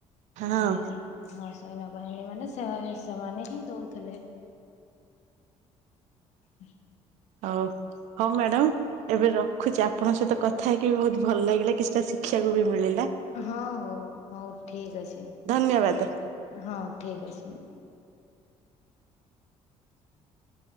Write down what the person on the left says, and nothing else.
ସେ ହଁ ସୈନ୍ୟ ବାହିନୀ ମାନେ ସେ ସେମାନେ ହିଁ ଦଉଥିଲେ। ହ
ହଉ ହଉ ଠିକ ଅଛି।
ହଁ ଠିକ୍ ଅଛି।